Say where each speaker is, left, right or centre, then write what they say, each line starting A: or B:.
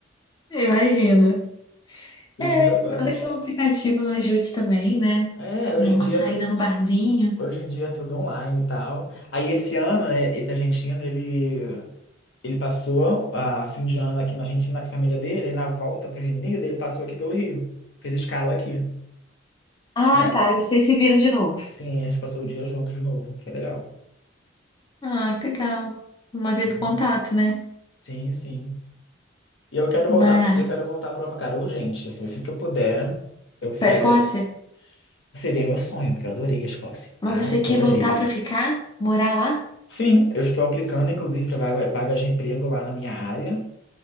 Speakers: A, on the left; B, on the left.
A: Eu Imagino.
B: Tive
A: É,
B: muita sorte.
A: nada que é um aplicativo não ajude também, né?
B: É, hoje
A: Uma
B: em dia.
A: saída no barzinho.
B: Hoje em dia é tudo online e tal. Aí esse ano, né, esse argentino, ele, ele passou a fim de ano aqui na Argentina com a família dele, aí na volta para o Reino Unido, ele passou aqui pelo Rio. Fez escala aqui.
A: Ah,
B: É,
A: tá. E vocês se viram de novo.
B: sim, a gente passou o dia junto de novo. Foi legal.
A: Ah, que legal. Manteve
B: Uhum.
A: o contato, né?
B: Sim, sim. E eu quero voltar,
A: Mas,
B: eu quero voltar para Europa, cara, urgente. Assim, assim que eu puder, eu saio.
A: pra Escócia?
B: da- Seria meu sonho, porque eu adorei a Escócia.
A: Mas
B: Adorei.
A: você quer voltar pra ficar? Morar lá?
B: Sim, eu estou aplicando, inclusive, para vaga, vagas de emprego lá na minha área.